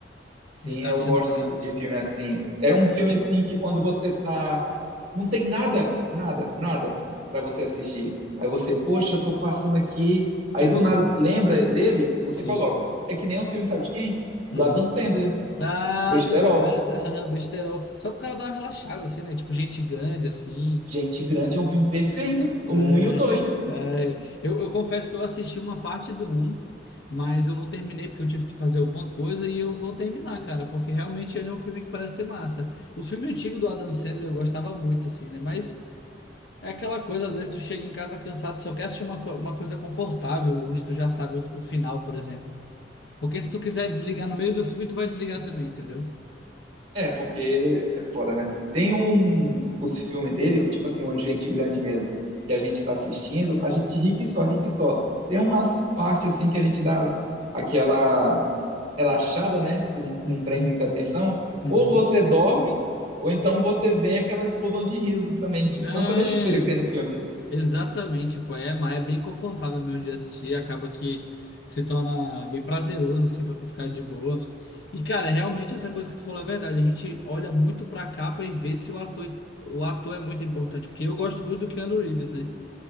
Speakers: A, on the right; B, on the left.
A: Sim,
B: de estar
A: eu
B: assistindo
A: gosto
B: pela.
A: de, de filme assim. É um
B: Pois
A: filme
B: é,
A: assim que quando você tá. Não tem nada, nada, nada pra você assistir. Aí você, poxa, eu tô passando aqui. Aí
B: É,
A: do nada lembra dele, você
B: sim.
A: coloca. É que nem um filme, sabe de quem?
B: Ah.
A: Do Adam Sandler,
B: Ah,
A: Besterol.
B: tá ligado. Aham, besterol. Só pro cara dar uma relaxada, assim, né? Tipo, gente grande, assim.
A: Gente Grande é um filme perfeito,
B: É,
A: o um e o dois.
B: é, eu, eu confesso que eu assisti uma parte do um mas eu não terminei porque eu tive que fazer alguma coisa e eu vou terminar, cara, porque realmente ele é um filme que parece ser massa. Os filmes antigos do Adam Sandler eu gostava muito, assim, né? Mas é aquela coisa, às vezes tu chega em casa cansado, tu só quer assistir uma, co- uma coisa confortável, onde tu já sabe o, o final, por exemplo. Porque se tu quiser desligar no meio do filme, tu vai desligar também, entendeu?
A: É, porque é foda, né? Tem um, os filmes dele, tipo assim, o Gente Grande mesmo, que a gente tá assistindo, a gente ri que só, ri que só. Tem umas partes assim que a gente dá aquela relaxada, né? Que não não
B: Uhum,
A: prende muita atenção.
B: uhum.
A: Ou você dorme, ou então você vem aquela explosão de riso também, de
B: É,
A: tanta besteira que tem no filme.
B: exatamente, pô, é, mas é bem confortável mesmo de assistir, acaba que se torna bem prazeroso, assim, pra tu ficar de boa. E, cara, realmente essa coisa que tu falou é verdade, a gente olha muito pra capa e vê se o ator, o ator é muito importante, porque eu gosto muito do Keanu Reeves, né?